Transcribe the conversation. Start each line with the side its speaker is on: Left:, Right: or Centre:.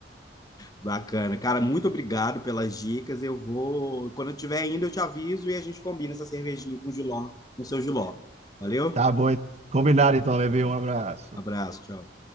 Left: Bacana. Cara, muito obrigado pelas dicas. Eu vou, quando eu estiver indo, eu te aviso e a gente combina essa cervejinha com o Giló, no seu Giló. Valeu?
Right: Tá bom, hein? combinado então, Levi. Um abraço.
Left: Abraço, tchau.